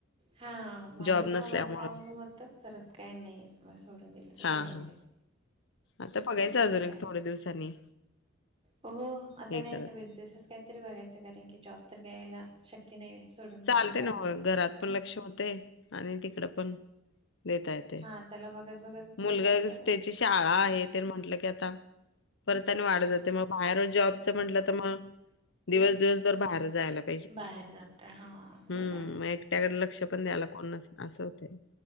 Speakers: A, on the right; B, on the left.
A: हा, माझं
B: जॉब
A: तेव्हा
B: नसल्यामुळं.
A: वर्क फ्रॉम होम हो त परत काय नाही, मग सोडून दिलं ते
B: हां,
A: सोडून
B: हां.
A: दिलं.
B: आता बघायचं
A: नंतर
B: अजून
A: ना
B: एक
A: काय नाही
B: थोडे दिवसांनी.
A: हो हो, आता
B: हे
A: नाही
B: करत.
A: आता बिझनेसच काहीतरी बघायचं कारण की, जॉब तर घ्यायला शक्य नाही. सोडून
B: चालतय
A: जाऊन करणं
B: न्हवं, घरात पण लक्ष होतय आणि तिकड पण देता येतय,
A: हा त्याला बघत बघत
B: मुलगा
A: काहीतरी करायचं
B: त्याची शाळा हे तेन म्हटलं ते आता, परत अन वाढत जातय मग बाहेर जॉबच म्हटलं तर म दिवस दिवसभर बाहेर जायला लाग
A: बाहेर जातय, हा.
B: हम्म,
A: तेवढा आहे.
B: मग एकट्याकडे लक्ष पण द्यायला कोण नसत, अस होतंय न.